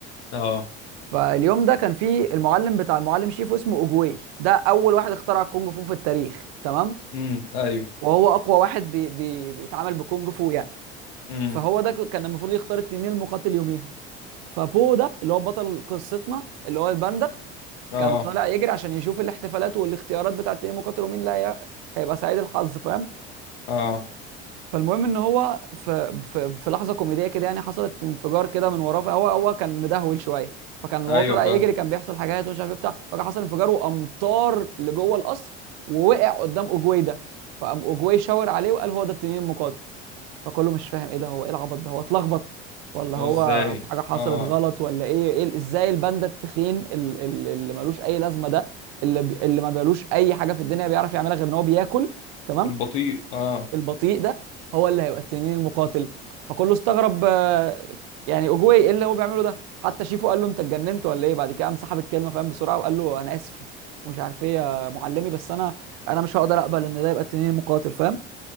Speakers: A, on the left; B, on the right.
A: اه
B: فاليوم ده كان فيه المعلم بتاع المعلم شيفو اسمه اوجواي ده اول واحد اخترع الكونج فو في التاريخ تمام
A: امم ايوه
B: وهو اقوى واحد بي بي بيتعامل بكونج فو يعني
A: امم
B: فهو ده كان المفروض يختار التنين المقاتل يوميها فبو ده اللي هو بطل قصتنا اللي هو الباندا
A: اه
B: كان طالع يجري عشان يشوف الاحتفالات والاختيارات بتاعت التنين المقاتل ومين اللي هي- هيبقى سعيد الحظ فاهم
A: اه
B: فالمهم ان هو في في, في لحظه كوميديه كده يعني حصلت انفجار كده من وراه فهو هو كان مدهول شويه فكان وهو
A: ايوه
B: طالع
A: فاهم
B: يجري كان بيحصل حاجات ومش عارف ايه بتاع فكان حصل انفجار وامطار لجوه القصر ووقع قدام اوجواي ده فقام اوجواي شاور عليه وقال هو ده التنين المقاتل فكله مش فاهم ايه ده هو ايه العبط ده هو اتلخبط ولا
A: لو
B: هو
A: ازاي
B: في حاجه حصلت
A: اه
B: غلط ولا ايه, إيه ازاي الباندا التخين ال- ال- اللي ملوش اي لازمه ده اللي بي- اللي ما بيلوش اي حاجه في الدنيا بيعرف يعملها غير ان هو بياكل تمام
A: والبطيء اه
B: البطيء ده هو اللي هيبقى التنين المقاتل فكله استغرب آه، يعني اوجواي ايه اللي هو بيعمله ده حتى شيفو قال له انت اتجننت ولا ايه بعد كده قام سحب الكلمه فاهم بسرعه وقال له انا اسف ومش عارف ايه يا معلمي بس انا انا مش هقدر اقبل ان ده يبقى التنين المقاتل فاهم